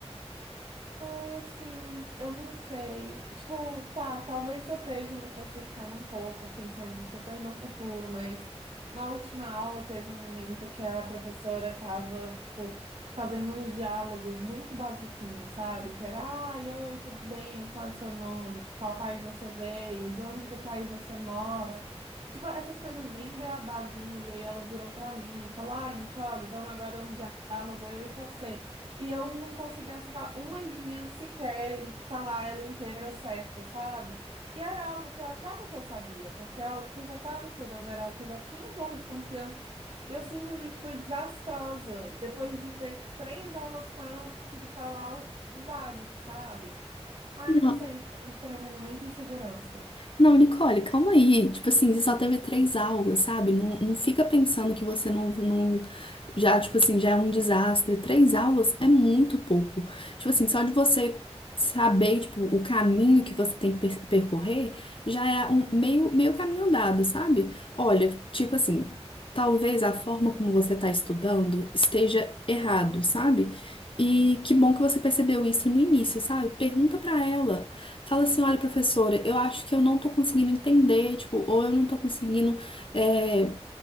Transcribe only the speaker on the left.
Não.
Não, Nicole, calma aí. Tipo assim, você só teve três aulas, sabe? Não, não fica pensando que você não, não. Já, tipo assim, já é um desastre. Três aulas é muito pouco. Tipo assim, só de você saber, tipo, o caminho que você tem que per- percorrer, já é um meio, meio caminho andado, sabe? Olha, tipo assim, talvez a forma como você tá estudando esteja errado, sabe? E que bom que você percebeu isso no início, sabe? Pergunta pra ela. Fala assim, olha, professora, eu acho que eu não tô conseguindo entender, tipo, ou eu não tô conseguindo, é,